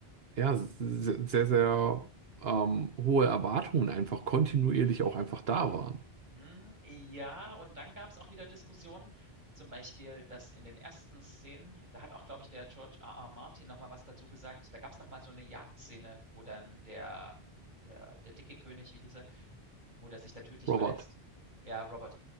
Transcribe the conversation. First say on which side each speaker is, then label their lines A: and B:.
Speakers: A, on the right; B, on the right.
A: ja, se- sehr, sehr ähm, hohe Erwartungen einfach kontinuierlich auch einfach da waren.
B: Hm, ja, und dann gab's auch wieder Diskussionen, zum Beispiel, dass in den ersten Szenen da hat auch, glaube ich, der George R. R. Martin noch mal was dazu gesagt. Da gab's doch mal so 'ne Jagdszene, wo dann der der der dicke König, wie hieß er, wo der sich dann tödlich
A: Robert.
B: verletzt. Ja, Robert.